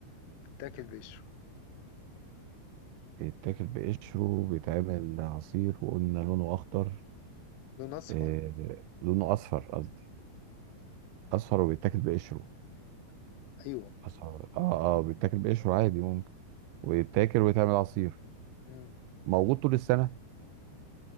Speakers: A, on the left; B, on the right.
A: بيتاكل بقشره
B: يتاكل بقشره بيتعمل عصير وقلنا لونه أخضر
A: لون اصفر
B: إيه، لونه اصفر قصدي اصفر وبيتاكل بقشره
A: ايوه
B: اصفر اه اه بيتاكل بقشره عادي ممكن ويتاكل ويتعمل عصير
A: امم
B: موجود طول السنه